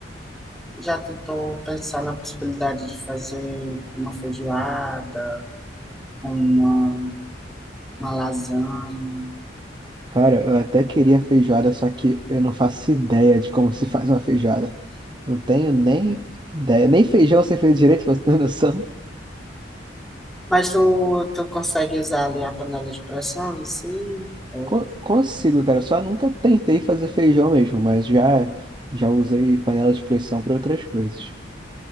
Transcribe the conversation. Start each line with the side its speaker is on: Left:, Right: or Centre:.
Centre: Já tentou pensar na possibilidade de fazer uma feijoada, uma, uma lasanha?
Right: Cara, eu até queria feijoada, só que eu não faço ideia de como se faz uma feijoada. Não tenho nem ideia. Nem feijão você fez direito, pra você ter <laughs> noção.
Centre: Mas tu, tu consegue usar ali a panela de pressão em si? Ou...
Right: Con- consigo, cara. Eu só nunca tentei fazer feijão mesmo, mas já, já usei panela de pressão para outras coisas.